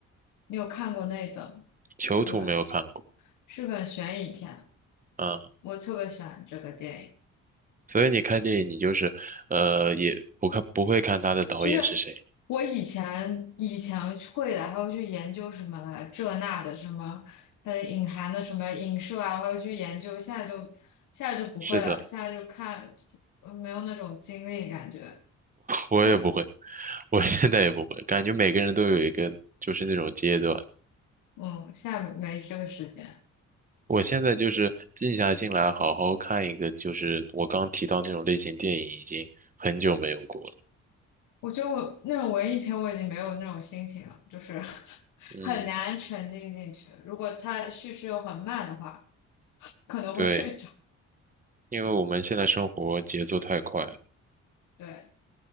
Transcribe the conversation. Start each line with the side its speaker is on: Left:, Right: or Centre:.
Left: 你有看过那本是本
Right: 囚徒没有看过，
Left: 是本悬疑片，
Right: 嗯，
Left: 我特别喜欢这个电影。
Right: 所以你看电影你就是呃也不看不会看他的导演是谁，
Left: 就是我以前以前会的，还会去研究什么这那的什么，它的隐含的什么影射啊，还会去研究。现在就现在就不会了，
Right: 是的。
Left: 现在就看，呃没有那种精力感觉。
Right: 我也不会，
Left: 现在
Right: 我现在也不会，感觉每个人都有一个就是那种阶段。
Left: 嗯，现在没没这个时间。
Right: 我现在就是静下心来，好好看一个，就是我刚提到那种类型电影，已经很久没有过了。
Left: 我觉得我那种文艺片我已经没有那种心情了，就是 <laughs>
Right: 嗯，
Left: 很难沉浸进去。如果它叙事又很慢的话，可能会睡着。
Right: 对，因为我们现在生活节奏太快了
Left: 对，